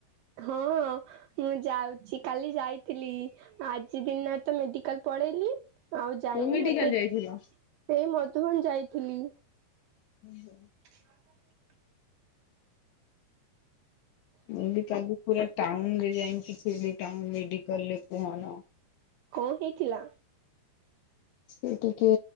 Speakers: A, on the right; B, on the left.
A: ହଁ। ମୁଁ ଯାଉଚି କାଲି ଯାଇଥିଲି ଆଜି ଦିନରେ ତ ମେଡିକାଲ ପଳେଇଲି। ଆଉ ଯାଇନି
B: କୋଉ ମେଡିକାଲ
A: ଏବେ
B: ଯାଇଥିଲ?
A: ଏଇ ମଧୁବନ ଯାଇଥିଲି।
B: ହୁଁ, ହୁଁ।
A: ଦେ
B: ମୁଁ ବି କାଲି ପୁରା ଟାଉନରେ ଯାଇକି ଥିଲି, ଟାଉନ୍ ମେଡିକାଲରେ କୁହନା!
A: କଁ ହେଇଥିଲା?
B: ସେ ଟିକେ